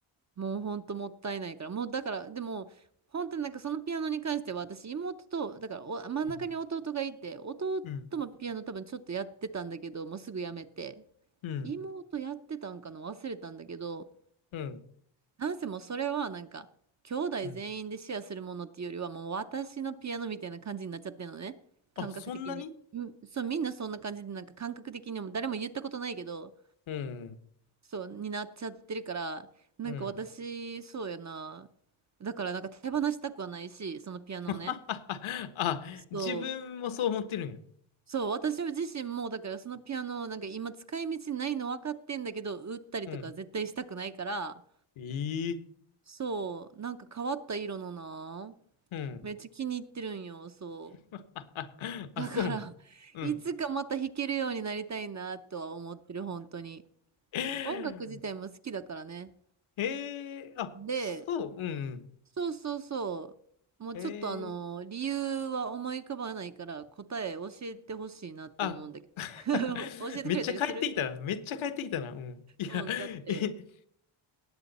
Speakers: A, on the right; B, on the left.
A: もうほんともったいないから。もうだから、でも、本当になんかそのピアノに関しては私妹と、だからお真ん中に弟がいて、
B: うん、
A: 弟もピアノ多分ちょっとやってたんだけど、
B: うん、
A: もうすぐやめて。
B: うん、
A: 妹やってたんかな忘れたんだけど、
B: うん、
A: なんせもうそれはなんか、兄弟全員でシェアするものっていうよりはもう私のピアノみたいな感じになっちゃってるのね。
B: うん。
A: 感覚的に。
B: あ、そんなに
A: うん、そう、みんなそんな感じでなんか感覚的にも誰も言ったことないけど、
B: うん、
A: そう、になっちゃってるから、なんか私、
B: うん。
A: そうやな。だからなんか手放したくはないし、そのピアノをね。
B: <laughs> あ、
A: そう。
B: 自分もそう思ってるんや。
A: そう、私自身も、だからそのピアノをなんか今使い道ないの分かってんだけど、売ったりとか絶対したくないから、
B: うん、ええ
A: そう、なんか変わった色のな。
B: うん。
A: めっちゃ気に入ってるんよ、そ
B: <laughs>
A: う。
B: あ、
A: だから、
B: そうなん。
A: <laughs>
B: うん。
A: いつかまた弾けるようになりたいなとは思ってる、本当に。
B: へ
A: 音楽自体も好きだからね。
B: えあ、
A: で、
B: そう、うん。
A: そうそうそう。もうちょっとあの、
B: ええ、
A: 理由は思い浮かばないから答え教えてほしいなって思うんだけど。
B: あ、<laughs>
A: <laughs> 教えてくれたりする
B: めっちゃ帰ってきたな。めっちゃ帰ってきたな。うん。いや、
A: うん、だって
B: え、